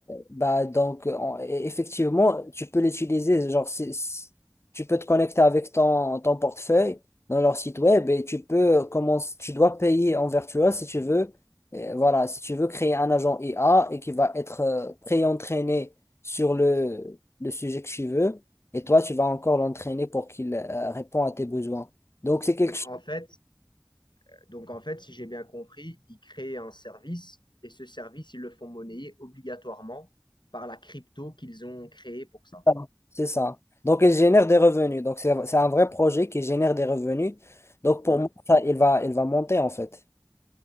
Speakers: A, on the left (about 35°); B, on the left (about 85°).
A: bah, donc on- et- effectivement, tu peux l'utiliser. Genre, si- si- tu peux te connecter avec ton, ton portefeuille dans leur site web et tu peux commencer, tu dois payer en virtuel si tu veux. Et voilà, si tu veux créer un agent IA et qui va être euh, pré-entraîné sur le, le sujet que tu veux. Et toi, tu vas encore l'entraîner pour qu'il euh, réponde à tes besoins. Donc, c'est quelque
B: Donc en fait, Donc en fait, si j'ai bien compris, ils créent un service et ce service, ils le font monnayer obligatoirement par la crypto qu'ils ont créée pour ça.
A: ça, C'est ça. Donc, il génère des revenus. Donc, c'est c'est un vrai projet qui génère des revenus. Donc, pour
B: Ouais.
A: moi, ça, il va, il va monter en fait.